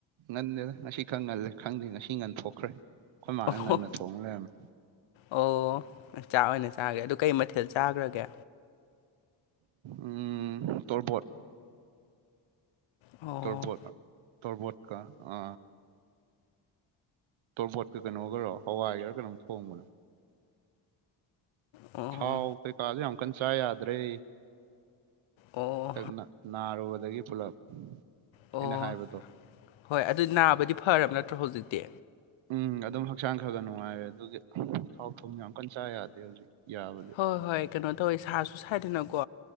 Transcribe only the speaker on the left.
ꯑꯣ
ꯑꯣ ꯆꯥꯛ ꯑꯣꯏꯅ ꯆꯥꯒ꯭ꯔꯦ ꯑꯗꯨ ꯀꯩ ꯃꯊꯦꯜ ꯆꯥꯈ꯭ꯔꯒꯦ
ꯑꯣ
ꯑꯣ
ꯑꯣ
ꯑꯣ
ꯍꯣꯏ ꯑꯗꯨꯗꯤ ꯅꯥꯕꯗꯤ ꯐꯔꯕ ꯅꯠꯇ꯭ꯔꯣ ꯍꯧꯖꯤꯛꯇꯤ
ꯍꯣꯏ ꯍꯣꯏ ꯀꯩꯅꯣ ꯇꯧꯋꯦ ꯁꯥꯁꯨ ꯁꯥꯏꯗꯅ ꯀꯣ